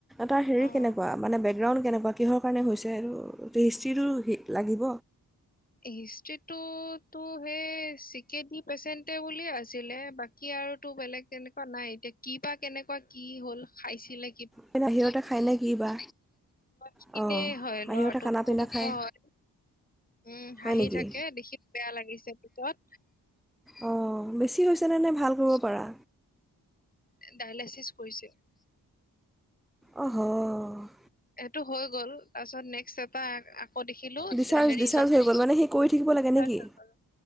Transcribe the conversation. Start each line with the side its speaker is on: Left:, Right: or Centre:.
Centre: তাৰ হেৰী
Left: অ
Centre: কেনকুৱা মানে বেকগ্ৰাউণ্ড কেনেকুৱা কিহৰ কাৰণে হৈছে, আৰু হিষ্টিটো হি লাগিব।
Left: হিষ্ট্ৰিটোতো সেই চি কে ডি পেচেণ্টে বুলিয়ে আছিলে বাক কি আৰু তো বেলেগ এনেকুৱা নাই এতিয়া কি বা কেনেকুৱা কি হ'ল খাইছিলে
Centre: <unintelligible> খাই নে কি বা
Left: খিনেই
Centre: অঁ
Left: হয়
Centre: বাহিৰতে
Left: ল'ৰাটো
Centre: খানা
Left: বহুত
Centre: পিনা
Left: ওখ
Centre: খায়
Left: হয়। উম, হাঁহি
Centre: হয় নেকি
Left: থাকে দেখি বেয়া লাগিছে পিতত।
Centre: অ', বেছি হৈছেনে নে ভাল হব পাৰা।
Left: ডায়েলাইচিছ কৰিছে।
Centre: অহ, অ'।
Left: সেইটো হৈ গ'ল, তাৰপিছত নেক্সট এটা আকৌ দেখিলো
Centre: ডিচাৰ্জ
Left: হেৰি
Centre: ডিচাৰ্জ হৈ গ'ল মানে সেই কৰি থাকিব লাগে
Left: <unintelligible>
Centre: নেকি